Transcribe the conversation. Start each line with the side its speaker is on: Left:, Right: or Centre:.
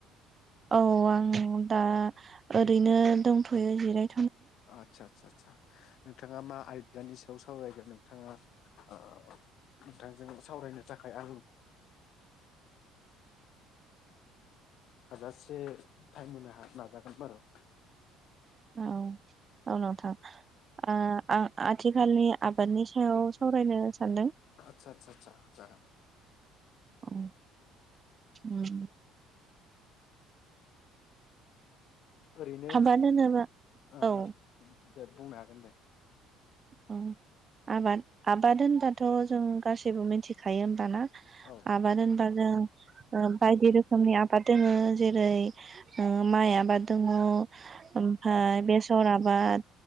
Right: औ आं दा ओरैनो दंथयो जिराय
Left: आतसा आतसा सा नोंथाङा मा आयदानि सायाव सावरायगोन नोंथाङा ओ नोंथांजों सावरायनो थाखाय आं ओ हाजासे टाइम होनो नाजागोन बारु
Right: औ औ नोंथां आंङो आं आथिखालनि आबादनि सायाव सावरायनो सानदों
Left: आदसा आदसा आदसा जागोन
Right: औ उम
Left: ओरैनो
Right: आबाद होनोबा
Left: ओ
Right: औ
Left: ओ दे बुंनो हागोन दे
Right: उम आबाद आबाद होनबाथ जों गासैबो मिथिखायो होमबा ना?
Left: औ
Right: आबाद होमबा जों ओ बायदि रोखोमनि आब आबाद दोङ जेरै माइ आबाद दोङ ओमफ्राय बेसर आब आबाद